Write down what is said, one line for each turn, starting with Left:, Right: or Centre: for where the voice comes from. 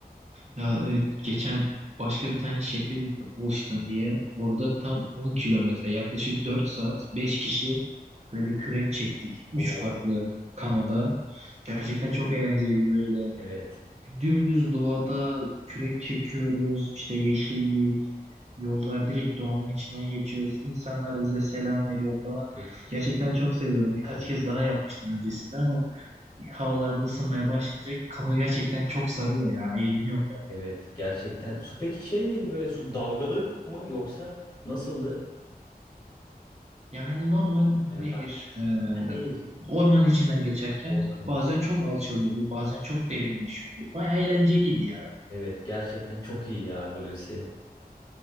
Right: Ya evet geçen başka bir tane şehre gittim Olştun diye. Orada tam 10 kilometre yaklaşık 4 saat 5 kişi böyle kürek çektik. 3
Left: Oo.
Right: farklı kanoda. Gerçekten çok eğlenceliydi böyle.
Left: Evet.
Right: Dümdüz doğada kürek çekiyoruz, işte yeşillik, yollar direkt doğanın içinden geçiyoruz. İnsanlar bize selam veriyor falan.
Left: Çok-
Right: Gerçekten çok seviyorum. Birkaç
Left: Aynen.
Right: kez daha yapmıştım öncesinde ama havalarda ısınmaya başlayınca kano gerçekten çok sarıyor ya. Eğleniyorum ben.
Left: Evet gerçekten. Su peki şey miydi böyle su dalgalı mı yoksa nasıldı?
Right: Yani normal
Left: Yaparken.
Right: nehir, e,
Left: Ha, Nehir.
Right: orman içinden geçerken
Left: Ormanın
Right: bazen
Left: içi.
Right: çok alçalıyordu, bazen çok derinleşiyordu. Bayağı eğlenceliydi ya.
Left: Evet gerçekten çok iyi ya Hulusi.